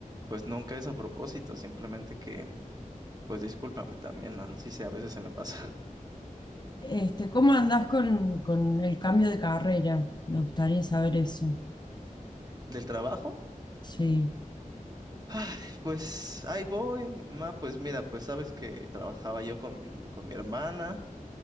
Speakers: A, on the right; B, on the left.
A: pues nunca es a propósito, simplemente que pues discúlpame también, ¿no? Sí sé, a veces se me pasa.
B: Este, ¿cómo andás con, con el cambio de carrera? Me gustaría saber eso.
A: <laughs> ¿Del trabajo?
B: Sí.
A: Ay, pues ahí voy, Ma, pues mira, pues sabes que trabajaba yo con, con mi hermana,